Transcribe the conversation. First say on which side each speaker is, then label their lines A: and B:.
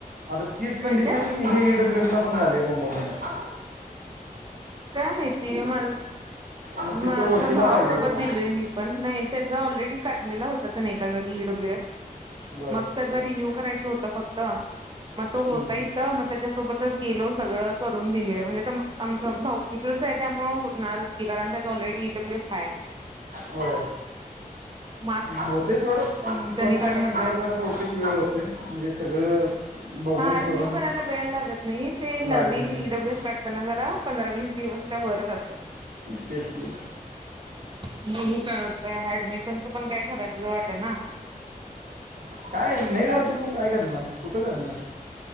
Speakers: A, on the right; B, on the right.
A: आता तीच कंडिशन
B: होय काय
A: हि ईडब्ल्यूएफ त पण झाले बोंबा बोबं
B: काय माहिती मा
A: मग तिथं
B: माझ
A: वशिला
B: भावासोबत
A: पाहिजे बघ
B: दिलेय मी. पण नाही त्याचा ऑलरेडी काढलेला होता, तर नाही का जागी ईडब्ल्यू एफ
A: बर
B: मग त्याचा रिन्यू करायचा होता फक्त - मग तो होता
A: हम्म.
B: इथ, मग त्याच्यासोबतच गेलो. सगळं करून दिलोय म्हणजे आमचा भाऊ. हितलंच आहे त्यामुळेच होणारच की, कारण त्याच ऑलरेडी ईडब्ल्यूएस हाय
A: होय.
B: - <inaudible>
A: होते थोडं पण फर्स्ट
B: काढायचा
A: टाईम, म्हटल्यावर जरा बहुतेक वेळ होते. म्हणजे सगळं बघून
B: हा रिन्यू
A: करून
B: करायला वेळ लागत नाही. ते नवीन
A: लागत नाही
B: ईडब्ल्यूस काढताना जरा पंधरा, वीस - दिवसच्या वर जातोय.
A: तेच कि
B: बघु काय होतंय ऍडमिशनच पण काय, खर्यातलं वाट ना.
A: काय नाही झाल तर, मग काय करणार? कुठं करणार?